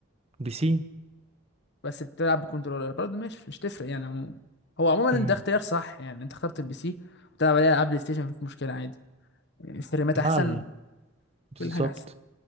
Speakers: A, on the right; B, on the left.
A: بي سي
B: بس بتلعب بكنترولر برضه ماشي مش تفرق يعني عموما هو عموما
A: امم
B: ده اختيار صح يعني انت اخترت البي سي وتلعب عليه العاب بلاي ستيشن مفيش مشكله عادي يعني فريمات
A: لا
B: احسن
A: ال- بالظبط
B: كل حاجه احسن